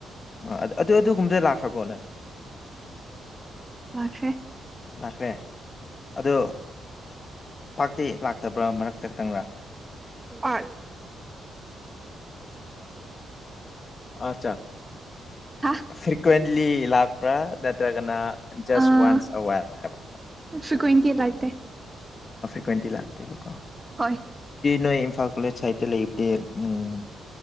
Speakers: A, on the left; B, on the right.
A: ꯑ ꯑꯗꯨ ꯑꯗꯨꯒꯨꯝꯕꯗ ꯂꯥꯛꯈ꯭ꯔꯕꯣꯅꯦ
B: ꯂꯥꯈ꯭ꯔꯦ
A: ꯂꯥꯛꯈ꯭ꯔꯦ ꯑꯗꯣ ꯄꯥꯛꯇꯤ ꯂꯥꯛꯇꯕ꯭ꯔꯥ ꯃꯔꯛꯇ ꯈꯤꯇꯪꯂꯥ
B: ꯑꯠ
A: ꯑꯆꯥ
B: ꯍꯥ
A: ꯐ꯭ꯔꯀ꯭ꯋꯦꯟꯂꯤ ꯂꯥꯛꯄ꯭ꯔ ꯅ ꯅꯠꯇ꯭ꯔꯒꯅ ꯖꯁ
B: ꯑꯥ
A: ꯋꯥꯟꯁ ꯑꯋꯥꯔ ꯍꯥꯏꯕ
B: ꯐ꯭ꯔꯤꯀ꯭ꯋꯦꯟꯇꯤ ꯂꯥꯛꯇꯦ
A: ꯇ꯭ꯋꯦꯟꯇꯤ ꯂꯥꯛꯇꯦꯕꯀꯣ
B: ꯍꯣꯏ
A: ꯅꯣꯏ ꯏꯝꯐꯥ ꯀꯣꯂꯦꯖ ꯁꯥꯏꯗ ꯂꯩꯕꯗꯤ ꯎꯝ